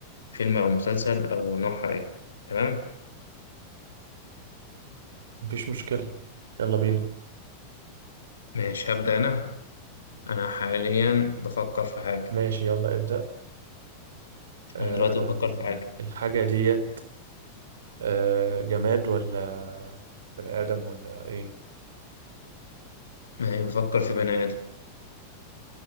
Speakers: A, on the left; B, on the right.
A: فيلم أو مسلسل أو نوعها إيه تمام
B: مفيش مشكلة يلا بينا
A: ماشي هبدأ أنا أنا حاليا بفكر في حاجة
B: ماشي يلا ابدأ آه
A: أنا دلوقتي بفكر في حاجة
B: الحاجة ديت آه جماد ولا بني آدم ولا ايه
A: ما هي بفكر في بني آدم